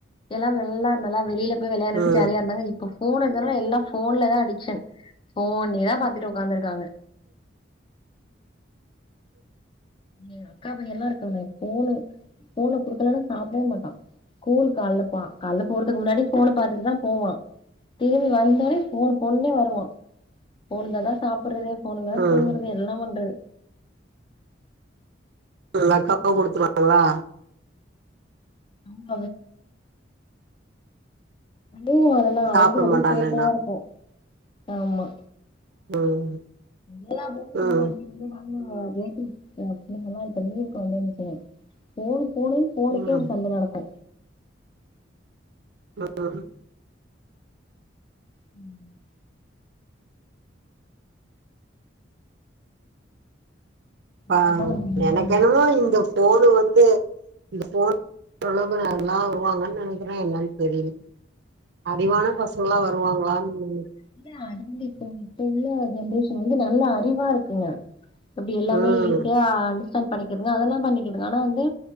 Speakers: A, on the left (about 25°); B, on the right (about 60°).
A: எல்லா வெள்ளான்னு வெளில இப்ப விளையாண்டுகிட்டு
B: ம்
A: ஜாலியா இருந்தாங்க இ இப்ப போன் இருந்தாங்கில எல்லா போன்ல தா அடிக்ஷன் போனே தா பாத்துட்டு உக்காந்துருக்காங்க ஏ அக்கா பையலா இருக்கானே போனு போன குடுக்கலனா சாப்பிடவே மாட்டா ஸ்கூலுக்கு அள்ளப்பா கால்ல போறதுக்கு முன்னாடி போன பாத்துட்டு தா போவா திரும்பி வந்தோனே போனு பொன்னே வருவா போனிந்தா தா சாப்பிட்றது போனிந்த தா
B: ம்
A: தூங்கறது எல்லா பண்றது
B: எல்லாக்காவ குடுத்துவாங்ளா
A: <inaudible> தோ வர னா
B: சாப்பிட
A: அழுதுபடி
B: மாட்டான்லன்னா
A: சேட்டையா இருக்கு ஆமா
B: ம்
A: எல்லா பொம்பள
B: ம்
A: புள்ளைங் இர்கிறாங் னா ரிலேட்டிவ்ஸ் எங் பிள்ளைங்க இப்ப லீவுக்கு வந்துன்சு போனு போனுன் போனுக்கே
B: ம்
A: ஒரு சண்ட நடக்கு
B: ம்
A: ம் ஆ
B: அ
A: என்ன பண்றீங்க
B: எனக்கென்னதோ இந்த போனு வந்து இது போனு இப்பளவுக் நல்லா வருவாங்கன் நெனைக்கிறே என்னன் தெரியில அறிவான பசங்லா வருவாங்களான் தெர்யு
A: இல்ல அதுங்களுக்கு வந்து இப்ப இப்ப உள்ள ஜென்ரேஷன் வந்து நல்ல அறிவா இருக்குங்க இப்டி எல்லாமே
B: ம்
A: ஈஸியா அண்டர்ஸ்டாண்ட் பண்ணக்குதுங்க அதெல்லா பண்ணிக்குதுங்க ஆனா வந்து